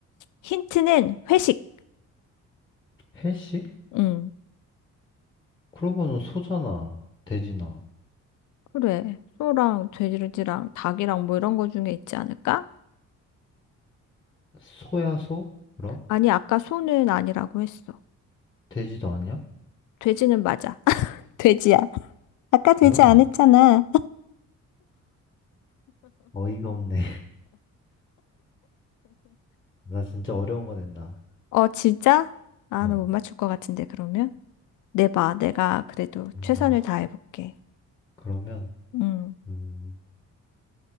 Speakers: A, on the left; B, on the left.
A: 힌트는 회식.
B: 해식?
A: 음,
B: 그러면은 소잖아. 돼지나.
A: 그래. 소랑 돼지랑 닭이랑 뭐 이런 거 중에 있지 않을까?
B: 소야소? 그럼?
A: 아니, 아까 소는 아니라고 했어.
B: 돼지도 아니야?
A: 돼지는 맞아. <laughs> 돼지야. 아까 돼지
B: 뭐야?
A: 안 했잖아.
B: <laughs> 어이가 없네. <laughs> 나 진짜 어려운 거 낸다.
A: 어, 진짜? 아,
B: 어,
A: 나 못 맞출 것 같은데, 그러면? 내봐. 내가 그래도 최선을
B: 어,
A: 다해볼게.
B: 그러면,
A: 음,
B: 음,